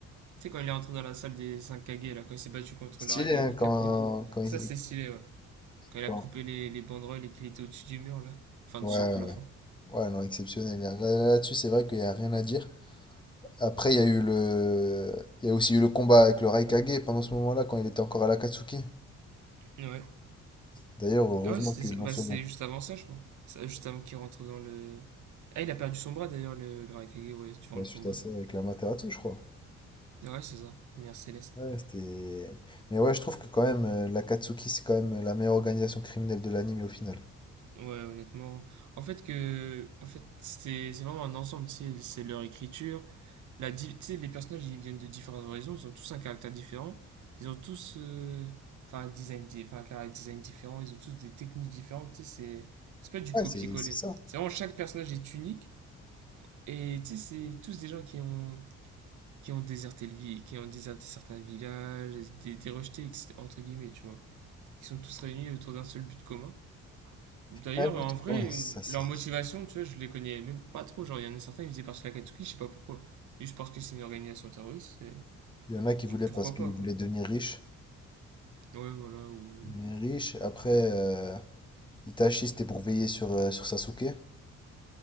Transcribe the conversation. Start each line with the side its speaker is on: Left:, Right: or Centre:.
Right: Tu sais, quand il est entré dans la salle des 5 Kage, là, quand il s'est battu contre
Left: stylé,
Right: le Raikage,
Left: hein, quand,
Right: qu'après, il est...
Left: quand, il-
Right: ça c'est stylé, ouais. Quand il
Left: quand-
Right: a coupé les, les banderoles et qu'il était au-dessus du mur, là. Enfin,
Left: Ouais,
Right: sur le plafond.
Left: ouais, ouais. Ouais, non, exceptionnel. Là, là- là-dessus, c'est vrai qu'il y a rien à dire. Après, il y a eu le... Il y a aussi eu le combat avec le Raikage pendant ce moment-là, quand il était encore à l'Akatsuki.
Right: Ouais,
Left: D'ailleurs, heureusement
Right: Ouais, c'était
Left: qu'ils
Right: ça.
Left: l'ont
Right: bah,
Left: sauvé.
Right: c'était juste avant ça, je crois. Ça, juste avant qu'il rentre dans le. Ah, il a perdu son bras d'ailleurs, le, le Raikage, ouais, durant
Left: Ouais,
Right: le
Left: suite
Right: combat.
Left: à ça, avec l'Amaterasu, je crois.
Right: Ouais, c'est ça, lumière céleste.
Left: Ouais, c'était... Mais ouais, je trouve que quand même, euh, l'Akatsuki, c'est quand même la meilleure organisation criminelle de l'anime au final.
Right: Ouais, honnêtement. En fait, que. En fait, c'est c'est vraiment un ensemble, tu sais, c'est leur écriture. La, di- tu sais, les personnages, ils viennent de différentes horizons, ils ont tous un caractère différent. Ils ont tous. euh, Enfin, un design, di- enfin, un caractère design différent, ils ont tous des techniques différentes, tu sais, c'est. C'est pas du
Left: Ouais,
Right: copier-coller.
Left: c'est c'est ça.
Right: C'est vraiment chaque personnage est unique. Et tu sais, c'est tous des gens qui ont qui ont déserté le vi- qui ont déserté certains villages, des, des rejetés, entre guillemets, tu vois, qui sont tous réunis autour d'un seul but commun. D'ailleurs,
Left: Un but.
Right: en vrai,
Left: Ouais, c'est ça, c'est...
Right: leur motivation, tu vois, je les connais même pas trop. Genre, il y en a certains, ils faisaient partie de la Katsuki, je sais pas pourquoi. Juste parce que c'est une organisation terroriste, et,
Left: Il y en a qui voulaient
Right: et pourquoi
Left: parce qu'ils
Right: pas, quoi.
Left: voulaient devenir riches.
Right: Ouais, voilà, ou...
Left: Devenir riches. Après, euh, Itachi, c'était pour veiller sur, euh, sur Sasuke.